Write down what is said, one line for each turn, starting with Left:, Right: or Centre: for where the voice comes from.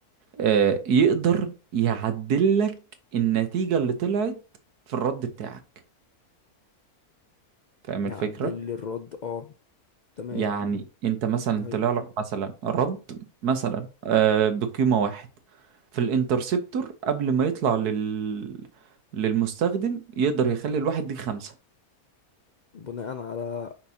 Right: آه يقدر يعدل لك النتيجة اللي طلعت في الرد بتاعك فاهم
Left: يعدل
Right: الفكرة
Left: لي الرد اه تمام
Right: يعني انت مثلا
Left: دي حقيقة
Right: طلع لك مثلا رد مثلا آه، بقيمة واحد في الانترسبتور قبل ما يطلع لل... للمستخدم يقدر يخلي الواحد دي خمسة
Left: بناء على